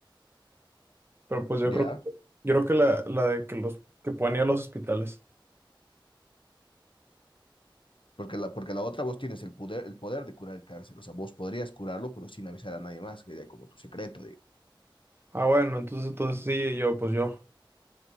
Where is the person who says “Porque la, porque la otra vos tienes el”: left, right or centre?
Left